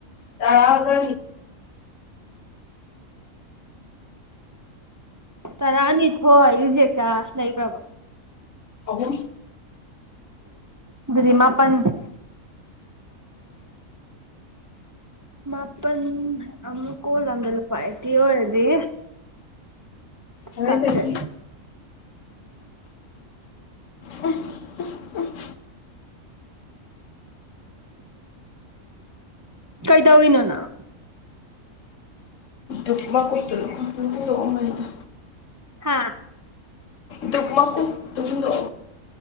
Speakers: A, on the left; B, on the right.
A: ꯇꯔꯥ
B: ꯇꯥꯔꯥꯅꯤꯊꯣꯏ ꯖꯦꯀꯥ ꯅꯩ꯭ꯔꯕ
A: ꯑꯍꯨꯝ
B: ꯑꯗꯨꯗꯤꯃꯥꯄꯟ ꯃꯥꯞ- ꯄꯟ ꯑꯃ ꯀꯣꯂꯗ ꯂꯄꯥ ꯑꯩꯇꯤ ꯑꯣꯏꯔꯗꯤ
A: ꯍꯣꯔꯦꯟꯗꯒꯤ
B: ꯆꯥꯇ꯭ꯔꯦꯠ
A: ꯎ ꯎ ꯎ
B: ꯀꯩꯗꯧꯔꯤꯅꯣꯅꯪ
A: ꯨꯞ ꯃꯀꯨꯞꯇꯨꯗꯗꯣꯛꯑꯃꯅꯗ
B: ꯍꯥꯥ
A: ꯗꯨꯞ ꯃꯀꯨꯞ ꯇꯨꯡꯗꯣ